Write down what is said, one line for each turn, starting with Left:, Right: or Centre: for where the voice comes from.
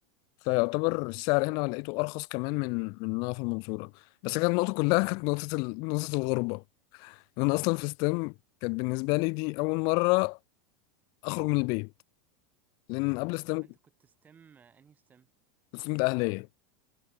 Left: فيعتبر السعر هنا لقيته ارخص كمان من من إن انا في المنصوره بس كانت النقطه كلها كانت نقطه ال... نقطه الغربه إن انا اصلا في ستيم كانت بالنسبه لي دي اول مره اخرج من البيت لان قبل ستيم
Right: هو انت كنت ستيم آه، انهي ستيم
Left: كنت ستودنت اهليه